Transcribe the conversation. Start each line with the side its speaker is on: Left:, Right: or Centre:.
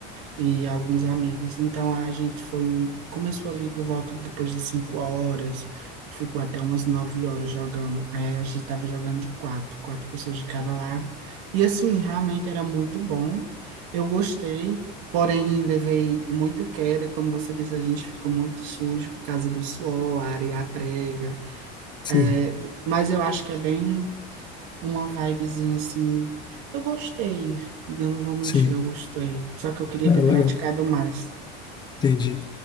Right: e alguns amigos. Então a gente foi, um- começou ali por volta depois de cinco horas, ficou até umas nove horas jogando. É, a gente tava jogando de quatro, quatro pessoas de cada lado. E assim, realmente era muito bom. Eu gostei, porém levei muita queda, como você disse, a gente ficou muito sujo por causa do suor, a areia prega.
Left: Sim,
Right: É, mas eu acho que é bem uma vibezinha assim. Eu gostei, eu não vou mentir,
Left: sim.
Right: eu gostei. Só que eu queria
Left: É
Right: ter praticado
Left: legal.
Right: mais.
Left: Entendi.